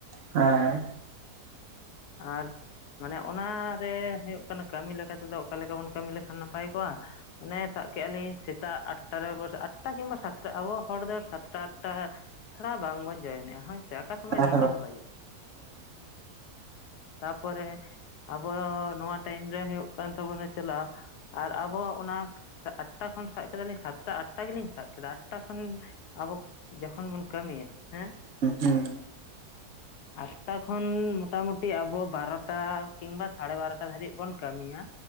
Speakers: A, on the right; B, on the left.
A: ᱦᱮᱸ
B: ᱟᱨ ᱢᱟᱱᱮ ᱚᱱᱟᱨᱮ ᱦᱩᱭᱩᱜ ᱠᱟᱱᱟ ᱠᱟᱹᱢᱤ ᱞᱮᱠᱟ ᱛᱮᱫᱚ ᱚᱠᱟᱞᱮᱠᱟ ᱵᱚᱱ ᱠᱟᱹᱢᱤ ᱞᱮᱠᱷᱟᱱ ᱱᱟᱯᱟᱭ ᱠᱚᱜᱼᱟ ᱢᱟᱱᱮ ᱟᱜ ᱠᱮᱫᱼᱟ ᱞᱤᱧ ᱥᱮᱛᱟᱜ ᱟᱴᱴᱟ ᱨᱮ ᱟᱴᱴᱟ ᱠᱤᱢᱵᱟ ᱥᱟᱛᱴᱟ ᱟᱵᱚ ᱦᱚᱲ ᱫᱚ ᱥᱟᱛᱴᱟ ᱟᱴᱴᱟ ᱪᱷᱟᱲᱟ ᱵᱟᱝ ᱵᱚᱱ ᱡᱚᱭᱮᱱᱮᱜᱼᱟ ᱦᱳᱭᱥᱮ ᱚᱠᱟ ᱥᱚᱢᱚᱭ ᱱᱚᱴᱟ
A: ᱦᱮᱸ
B: ᱵᱟᱡᱟᱜᱼᱟ ᱛᱟᱯᱚᱨᱮ ᱟᱵᱚ ᱱᱚᱣᱟ ᱴᱟᱭᱤᱢ ᱨᱮ ᱦᱩᱭᱩᱜ ᱠᱟᱱ ᱛᱟᱵᱚᱱᱟ ᱪᱟᱞᱟᱣ ᱟᱨ ᱟᱵᱚ ᱚᱱᱟ ᱟᱴᱴᱟ ᱠᱷᱚᱱ ᱥᱟᱵ ᱥᱟᱛᱴᱟ ᱟᱴᱟ ᱜᱮᱞᱤᱧ ᱥᱟᱵ ᱠᱮᱫᱟ ᱟᱴᱴᱟ ᱠᱷᱚᱱ ᱟᱵᱚ ᱡᱚᱠᱷᱚᱱ ᱵᱚᱱ ᱠᱟᱹᱢᱤᱭᱟ ᱦᱮᱸ
A: ᱦᱮᱸ ᱦᱮᱸ <inaudible>
B: <inaudible> ᱟᱴᱴᱟ ᱠᱷᱚᱱ ᱢᱚᱴᱟᱢᱩᱴᱤ ᱟᱵᱚ ᱵᱟᱨᱚᱴᱟ ᱠᱤᱝᱵᱟ ᱥᱟᱲᱮ ᱵᱟᱨᱚᱴᱟ ᱫᱷᱵᱤᱡ ᱵᱚᱱ ᱠᱟᱹᱢᱤᱭᱟ